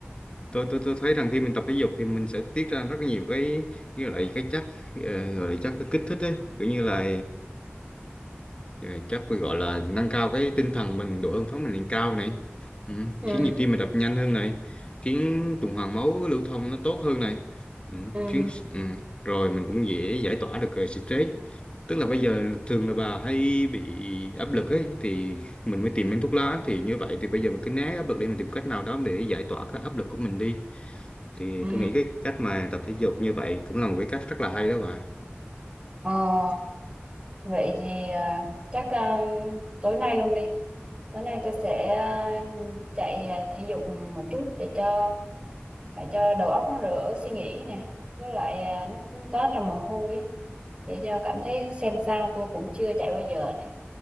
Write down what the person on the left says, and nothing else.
Tôi tôi tôi thấy rằng khi mình tập thể dục thì mình sẽ tiết ra rất nhiều cái như là cái chất ờ, gọi là chất kích thích ấy, kiểu như là rồi chắc phải gọi là nâng cao cái tinh thần mình độ hưng phấn mình lên cao này ừ.
khiến nhịp tim mình đập nhanh hơn này khiến tuần hoàn máu lưu thông nó tốt hơn này ừ.
khiến ừ. rồi mình cũng dễ giải tỏa được ờ, stress tức là bây giờ thường là bà hay bị áp lực ấy thì mình mới tìm đến thuốc lá thì như vậy thì bây giờ mình cứ né áp lực đi mình tìm cách nào đó để giải tỏa cái áp lực của mình đi thì
tôi nghĩ cái cách mà tập thể dục như vậy cũng là một cái cách rất là hay đó bà